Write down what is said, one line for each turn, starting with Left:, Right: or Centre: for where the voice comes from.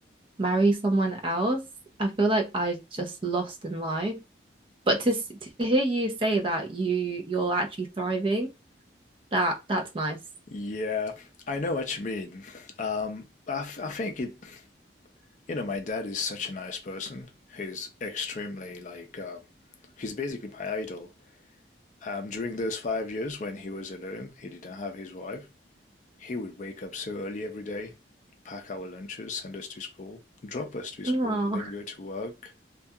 Right: marry someone else, I feel like I just lost in life. But to s- to hear you say that you you're actually thriving, that that's nice.
Left: Yeah, I know what you mean. Um, I, f- I think it You know, my dad is such a nice person. He's extremely like, um, he's basically my idol. Um, during those five years when he was alone, he didn't have his wife. He would wake up so early every day, pack our lunches, send us to school, drop us to school,
Right: Oh,
Left: and then go to work,